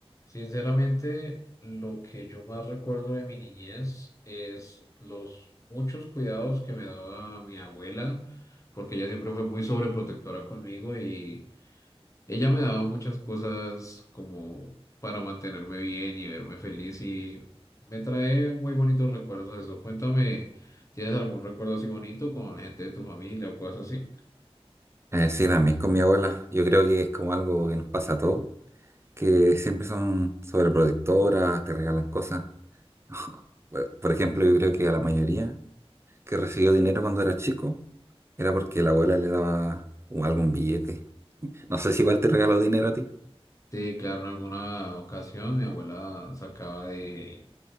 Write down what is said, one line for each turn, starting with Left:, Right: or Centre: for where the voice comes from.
Left: Sinceramente, lo que yo más recuerdo de mi niñez es los muchos cuidados que me daba mi abuela, porque ella siempre fue muy sobreprotectora conmigo y ella me daba muchas cosas como para mantenerme bien y verme feliz y me trae muy bonitos recuerdos de eso. Cuéntame, ¿tienes algún recuerdo así bonito con gente de tu familia o cosas así?
Right: Eh, sí, también con mi abuela. Yo creo que es como algo que nos pasa a todos, que siempre son sobreprotectoras, te regalan cosas. <laughs> Por por ejemplo, yo creo que a la mayoría que recibió dinero cuando era chico era porque la abuela le daba un- algún billete. No sé si igual te regaló dinero a ti.
Left: Sí, claro, en alguna ocasión mi abuela sacaba de